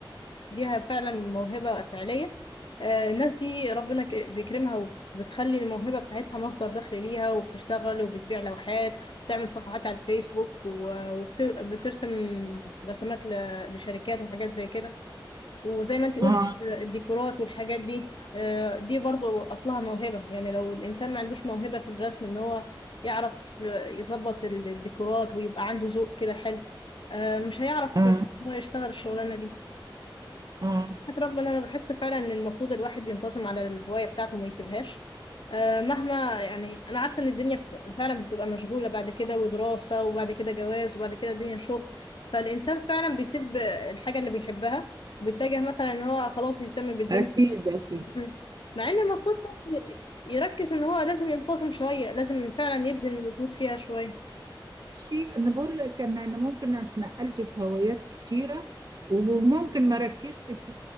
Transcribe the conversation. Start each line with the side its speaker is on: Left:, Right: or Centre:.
Left: ليها فعلا موهبة فعلية آه، الناس دي ربنا ك- بيكرمها وبتخلي الموهبة بتاعتها مصدر دخل ليها وبتشتغل وبتبيع لوحات وبتعمل صفحات على الفيسبوك وبترسم رسمات ل- لشركات وحاجات زي كده وزي ما انت قلت
Right: اه
Left: آه، الديكورات والحاجات دي آه، دي برضو أصلها موهبة يعني لو الإنسان ما عندوش موهبة في الرسم إن هو يعرف آه، يظبط ال- الديكورات ويبقى عنده ذوق كده حلو آه، مش هيعرف
Right: اه
Left: إن هو يشتغل الشغلانة دي
Right: اه
Left: حياة ربنا انا بحس فعلا ان المفروض الواحد ينتظم على الهوايه بتاعته وما يسيبهاش أه مهما يعني انا عارفه ان الدنيا ف- فعلا بتبقى مشغوله بعد كده ودراسه وبعد كده جواز وبعد كده الدنيا شغل فالانسان فعلا بيسيب الحاجه اللي بيحبها وبيتجه مثلا ان هو خلاص يهتم بالدنيا
Right: اكيد اكيد
Left: <laughs> مع ان المفروض فعلاً يركز ان هو لازم ينتظم شويه لازم فعلا يبذل مجهود فيها شويه
Right: شيء انا بقول لك ان انا ممكن اتنقلت في هوايات كتيره وممكن ما ركزت في